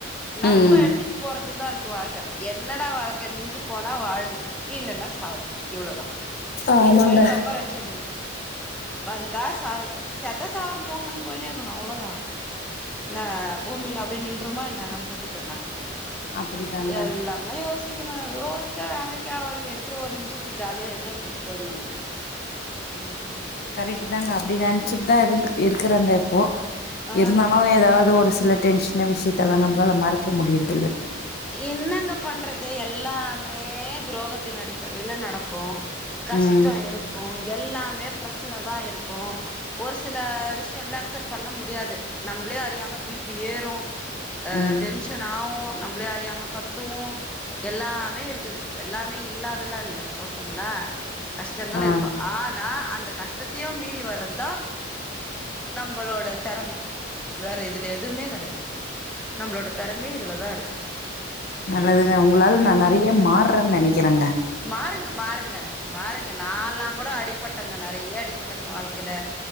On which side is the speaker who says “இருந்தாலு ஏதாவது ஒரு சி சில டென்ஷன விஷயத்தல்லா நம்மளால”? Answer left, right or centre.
Left